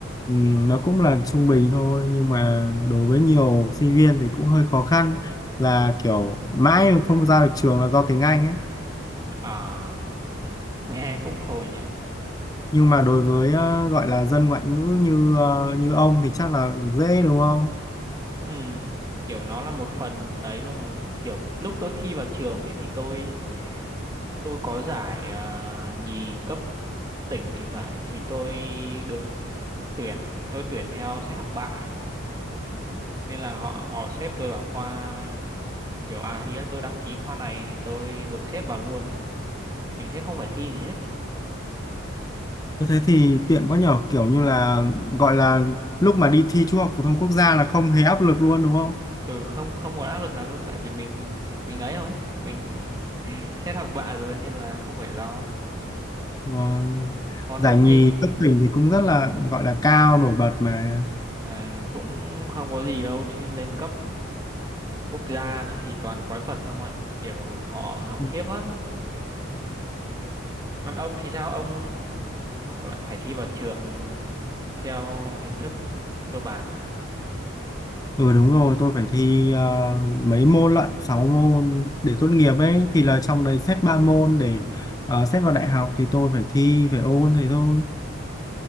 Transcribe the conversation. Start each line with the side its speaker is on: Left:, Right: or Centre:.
Left: ừm, nó cũng là trung bình thôi nhưng mà đối với nhiều sinh viên thì cũng hơi khó khăn là kiểu mãi mà không ra được trường là do tiếng Anh ấy
Right: à nghe cũng khổ nhỉ
Left: nhưng mà đối với ờ, gọi là dân ngoại ngữ như ờ, như ông thì chắc là dễ đúng không?
Right: Ừ, kiểu nó là một phần ấy luôn rồi kiểu lúc tôi thi vào trường ấy thì tôi tôi có giải à, nhì cấp tỉnh thì phải thì tôi được tuyển tôi tuyển theo xét học bạ ấy không nên là họ họ xếp tôi vào khoa kiểu à ý là tôi đăng ký khoa này thì tôi được xếp vào luôn ấy mình sẽ không phải thi gì hết
Left: Thế thì tiện quá nhở kiểu như là gọi là lúc mà đi thi trung học phổ thông quốc gia là không hề áp lực luôn đúng không?
Right: ừ không không một áp lực nào luôn tại vì mình mình ấy rồi ấy, mình <laughs> xét học bạ rồi nên là không phải lo
Left: Ờ,
Right: còn
Left: giải
Right: ông
Left: nhì
Right: thì
Left: cấp tỉnh thì cũng rất là gọi là cao nổi bật mà.
Right: À, cũng không có gì đâu chứ lên cấp quốc gia nữa thì toàn quái vật ông ạ kiểu họ học
Left: Ừ.
Right: khiếp lắm còn ông thì sao ông lại phải thi vào trường theo hình thức cơ bản hả
Left: Ừ đúng rồi, tôi phải thi ờ, mấy môn lận, 6 môn để tốt nghiệp ấy, thì là trong đấy xét 3 môn để ờ, xét vào đại học thì tôi phải thi, phải ôn thế thôi.